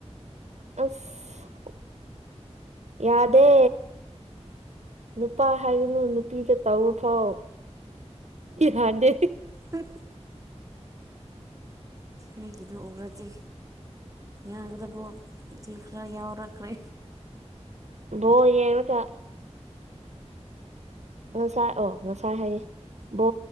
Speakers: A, on the right; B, on the right.
A: ꯑꯁ ꯌꯥꯗꯦ ꯅꯨꯄꯥ ꯍꯥꯏꯒꯅꯨ ꯅꯨꯄꯤꯒ ꯇꯧꯕ ꯐꯥꯎ ꯌꯥꯗꯦ
B: ꯎꯝ ꯑꯩꯒꯤꯗꯨꯣ ꯎꯔꯗꯤ ꯌꯥꯒꯗꯕꯣ ꯊꯤꯈ꯭ꯔꯥ ꯌꯥꯎꯔꯛꯈ꯭ꯔꯦ
A: ꯕꯣ ꯌꯦꯅꯀ ꯃꯁꯥ ꯑꯣ ꯃꯁꯥ ꯍꯥꯏꯩ ꯕꯣ